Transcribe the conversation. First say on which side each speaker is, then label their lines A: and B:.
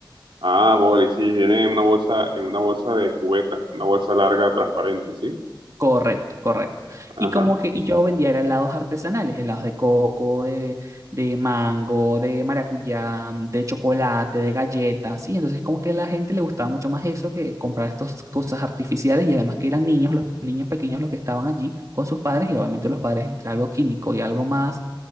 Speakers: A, on the right (about 85°); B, on the right (about 40°).
A: Ah, boli, sí, viene en una bolsa, en una bolsa de cubeta, una bolsa larga, transparente, sí.
B: Correcto, correcto.
A: Ajá.
B: Y como que y yo vendía era helados artesanales, helados de coco, de, de mango, de maracuyá, mm, de chocolate, de galletas, ¿sí? Entonces como que a la gente le gustaba mucho más eso que comprar estas cosas artificiales y además que eran niños, los niños pequeños los que estaban allí con sus padres y obviamente los padres entre algo químico y algo más